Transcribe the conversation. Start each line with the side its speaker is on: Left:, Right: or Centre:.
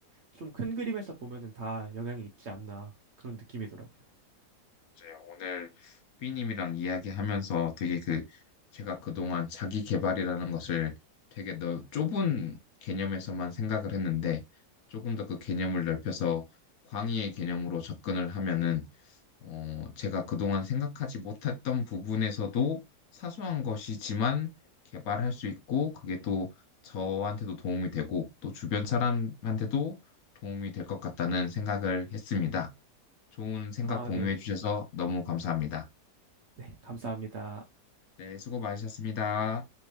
Right: 좀 큰 그림에서 보면은 다 영향이 있지 않나 그런 느낌이더라고요.
Left: 맞아요. 오늘 삐님이랑 이야기하면서 되게 그, 제가 그동안 자기 개발이라는 것을 되게 넓, 좁은 개념에서만 생각을 했는데 조금 더 그 개념을 넓혀서 광의의 개념으로 접근을 하면은 어, 제가 그동안 생각하지 못했던 부분에서도 사소한 것이지만 개발할 수 있고 그게 또 저한테도 도움이 되고 또 주변 사람한테도 도움이 될 것 같다는 생각을 했습니다. 좋은 생각
Right: 아,
Left: 공유해
Right: 네.
Left: 주셔서 너무 감사합니다.
Right: 네, 감사합니다.
Left: 네, 수고 많으셨습니다.